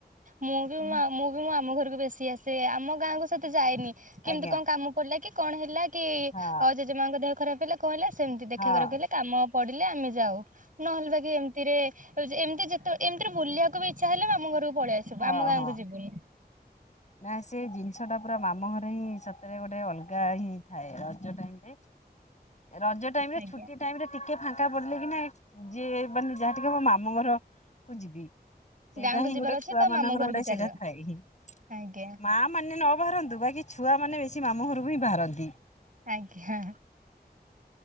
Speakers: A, on the right; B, on the left.
A: ମୁଁ ବି
B: ହୁଁ,
A: ମୁଁ ବି ଆମ ଘରକୁ ବେଶୀ ଆସେ ଆମ ଗାଁକୁ ସେତେ ଯାଏନି। କେମିତି
B: ଆଜ୍ଞା
A: କଣ କାମ ପଡିଲା କି କଣ ହେଲା କି ଇ
B: ହଁ
A: ଜେଜେମାଙ୍କ ଦେହ ଖରାପ ହେଲେ କଣ ହେଲା ସେ ସେମିତି ଦେଖା
B: ହଁ
A: କରହେଲେ କାମ ପଡ଼ିଲେ ଆମେ ଯାଉ ନହେଲେ ବାକ ଏମିତିରେ ଉ ଏମିତି ଯେେ <inaudible> ଏମତି ବଲିବାକୁ ବି ଇଚା ହେଲେ ମାମୁ ଘକୁ ପଳଆସଛି, ସବୁ
B: ହଁ
A: ଆମ ଗାଁକୁ
B: ହଁ
A: ଯିବୁନି
B: ନା ସେ ଜିନିଷ ଟା ପୁରା ମାମୁ ଘରେ ହିଁ ସତରେ ଗୋଟେ ଅଲଗା ହିଁ ଥାଏ ରଜ ଟାଇମରେ ରଜ ଟାଇମ ରେ
A: ଆଜ୍ଞା
B: ଛୁଟି ଟାଇମ ରେ ଟିକେ ଫାଙ୍କା ପଡିଲେ କି ନା ଯିଏ ମାନେ ଯାହା ଟିକେ ମୋ ମାମୁଁ ଘର କୁ ଯିବି ସେଇଟା
A: ଗାଁକୁ
B: ହିଁ
A: ଯିବାର
B: ଗୋଟେ
A: ଅଛି
B: ଛୁଆ
A: ତ
B: ମାନଙ୍କର
A: ମାମୁଁ ଘରକୁ
B: ଗୋଟେ
A: ଚାଲ
B: ସେଇଟା ଥାଏ ହିଁ
A: ଆଜ୍ଞା
B: ମା ମାନେ ନବାରନ୍ତୁ ବାକି ଛୁଆ ମାନେ କି ମାମୁ ଘରୁ ହିଁ ବାହାରନ୍ତି <inaudible>
A: ଆଜ୍ଞା